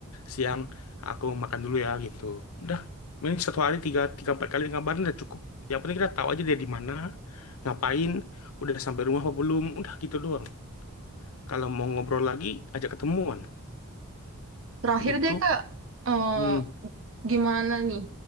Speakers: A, on the left; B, on the right.
A: siang aku makan dulu ya gitu. Udah, mending satu hari tiga, tiga empat kali ngabarin udah cukup. Yang penting kita tahu aja dia di mana, ngapain, udah sampai rumah apa belum. Udah gitu doang. Kalau mau ngobrol lagi, ajak ketemuan.
B: terakhir
A: Gitu.
B: deh kak eh
A: Hmm,
B: gimana nih